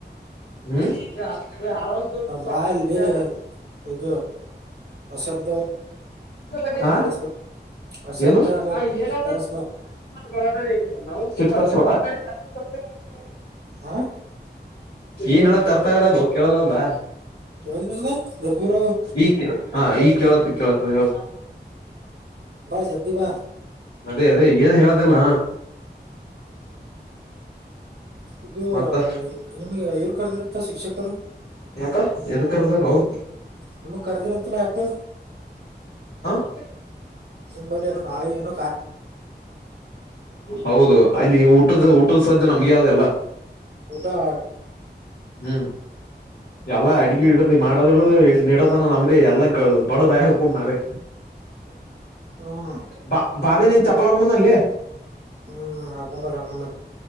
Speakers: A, on the left; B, on the right.
A: ಹ್ಮ್ ಆಳ ದ
B: ಬಾಯಲ್ಲಿ
A: ಬ
B: ಇದು ಅಶಬ್ದವನ್ನು
A: <unintelligible> ಹಾ
B: ಬಳಸ್ಬೇಡ ಅಶಬ್ದ
A: ಏನು ಏನ
B: ತರಸ್ಬೇಡ
A: ಬರ ನಾವು ತರ್ಬವಿ ಹಾ
B: ಆ
A: ಈಏನ್ಲ್ಲ ತರ್ತಾಗಲ್ಲ ಅದು ಕೇಳಲ್ದ
B: ಕೇಳಿದ್ರಲ್ಲ ಜರ ದೂರ
A: ಈ ಹ ಈ ಕೇಳತು ಕೇಳತ್ ಹೇಳ
B: ಬಾಯ ಜಲ್ಡಿ ಬಾ
A: ಅದೇ ಅದೇ ಏನು ಹೇಳೋದಲ್ಲ
B: ಇದು
A: ಮತ್ತ
B: ನಿಮಗೆ ಇವರು ಕರೆದಿರತ್ತ ಶಿಕ್ಷಕರು
A: ಯಾಕ ಎದ ಕರ್ದ ಅವರು
B: ನಿಮ್ಮ ಕರ್ದಿರಂತಲ್ಲ ಯಾಕು
A: ಹ
B: ನಿಂಬಲ್ಲಿ ನಾಳೆ ಏನ
A: ಹೌದು ಅಲ್ಲಿ ಊಟದ ಊಟದ ಸದ್ದು ನಮ್ಗೆ ಯಾವ್ದಲ್ಲ
B: ಟಾ
A: ಹ್ಮ್ ಎಲ್ಲಾ ಅಡಗ ಇಡ ಮಾಡದ ನಡತನ ನಮ್ದೇ ಎಲ್ಲ ಬಡ ಬಾಯ ಹಕೊ ನಾವೇ
B: ಹ್ಮ್
A: ಬಾ ಬಾಬಿ ನೀನು ಚಪ್ಪಲ ಕಮ್ಮಂದಲ್ಲೇ
B: ಹ್ಮ್ ಹಾಗಗಮಾರ ಹಗಮರ್